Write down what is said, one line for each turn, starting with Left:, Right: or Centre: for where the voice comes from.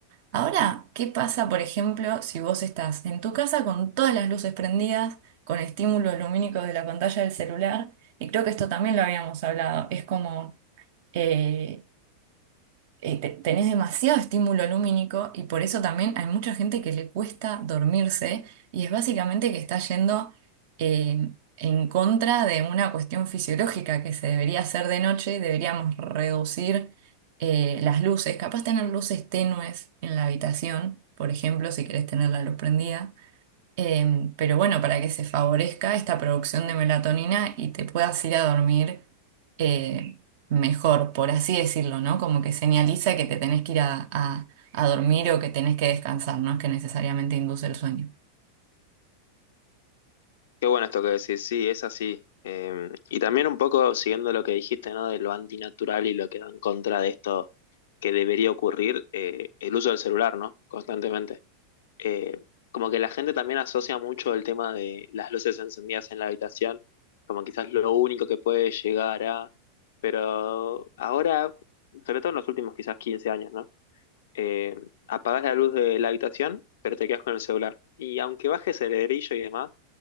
Right: Ahora, ¿qué pasa, por ejemplo, si vos estás en tu casa con todas las luces prendidas, con estímulos lumínicos de la pantalla del celular? Y creo que esto también lo habíamos hablado, es como... eh, eh, te- tenés demasiado estímulo lumínico y por eso también hay mucha gente que le cuesta dormirse y es básicamente que está yendo eh, en contra de una cuestión fisiológica que se debería hacer de noche, deberíamos reducir eh, las luces, capaz tener luces tenues en la habitación, por ejemplo, si querés tener la luz prendida Em, pero bueno, para que se favorezca esta producción de melatonina y te puedas ir a dormir eh, mejor, por así decirlo, ¿no? Como que señaliza que te tenés que ir a, a- a dormir o que tenés que descansar, no es que necesariamente induce el sueño.
Left: Qué bueno esto que decís, sí, es así. Eh, y también un poco siguiendo lo que dijiste, ¿no? De lo antinatural y lo que va en contra de esto que debería ocurrir, eh, el uso del celular, ¿no? Constantemente. Eh, como que la gente también asocia mucho el tema de las luces encendidas en la habitación, como quizás lo único que puede llegar a... Pero ahora, sobre todo en los últimos quizás 15 años, ¿no? Eh, apagás la luz de la habitación, pero te quedas con el celular. Y aunque bajes el brillo y demás,